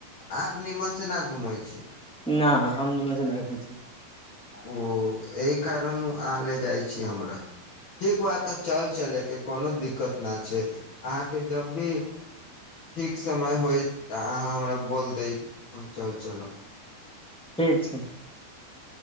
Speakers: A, on the left; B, in the centre.
A: आप निमन से न घुमय छै
B: छियै न हम निमन सँ घुमय
A: ओ एहि कारण अहा लजाइ की हमरा ठीक तु चल चले के कोनो दिक्कत न छै अहाँके जब भी ठीक समय होइ तऽ अहाँ हमरा बोल दै हम चल चलब
B: ठीक छै